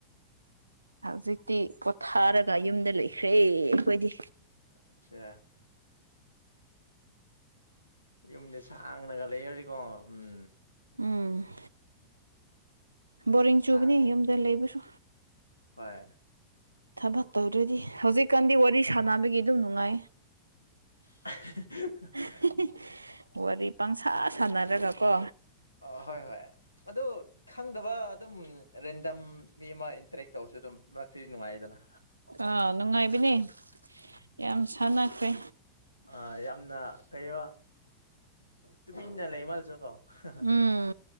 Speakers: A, on the right (about 80°); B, on the left (about 85°).
A: ꯍꯧꯖꯤꯛꯇꯤ ꯄꯣꯊꯥꯔꯒ ꯌꯨꯝꯗ ꯂꯩꯈ꯭ꯔꯦ ꯑꯩꯈꯣꯏꯗꯤ
B: ꯑꯠꯁꯥ ꯌꯨꯝꯗ ꯁꯥꯡꯅꯒ ꯂꯩꯔꯗꯤꯀꯣ ꯎꯝ
A: ꯎꯝ ꯕꯣꯔꯤꯡ
B: ꯁꯥꯡ
A: ꯆꯨꯕꯅꯤ ꯌꯨꯝꯗ ꯂꯩꯕꯁꯨ
B: ꯍꯣꯏ
A: ꯊꯕꯛ ꯇꯧꯗ꯭ꯔꯗꯤ ꯍꯧꯖꯤꯛꯀꯥꯟꯗꯤ ꯋꯥꯔꯤ ꯁꯥꯟꯅꯕꯒꯤ ꯑꯗꯨꯝ ꯅꯨꯡꯉꯥꯏ
B: <unintelligible>
A: ꯍꯦ ꯍꯦ ꯋꯥꯔꯤ ꯄꯪꯁꯥ ꯁꯥꯟꯅꯔꯒꯀꯣ
B: ꯑ ꯍꯣꯏ ꯍꯣꯏ ꯑꯗꯨ ꯈꯪꯗꯕ ꯑꯗꯨꯝ ꯔꯦꯟꯗꯝ ꯃꯤ ꯑꯃ ꯏꯟꯇꯔꯦꯛ ꯇꯧꯔꯁꯨ ꯑꯗꯨꯝ ꯃꯔꯛꯇꯗꯤ ꯅꯨꯡꯉꯥꯏꯌꯦꯗꯅ
A: ꯑꯥ ꯅꯨꯡꯉꯥꯏꯕꯅꯦ ꯌꯥꯝ ꯁꯥꯟꯅꯈ꯭ꯔꯦ
B: ꯑꯥ ꯌꯥꯝꯅ ꯀꯩꯕ ꯇꯨꯃꯤꯟꯅ ꯂꯩꯃꯥꯜꯂꯁꯨ ꯀꯣ ꯍꯥ ꯍꯥ
A: ꯎꯝ